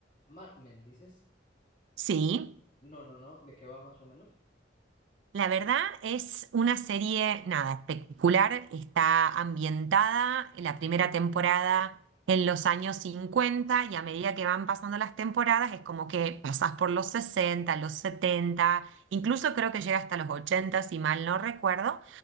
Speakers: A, on the left (about 40°); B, on the right (about 85°).
A: Mad Men, ¿dices?
B: Sí.
A: No, no, no, ¿de qué va más o menos?
B: La verdad es una serie, nada, espectacular. Está ambientada en la primera temporada en los años 50 y a medida que van pasando las temporadas es como que pasás por los 60, los 70, incluso creo que llega hasta los 80 si mal no recuerdo.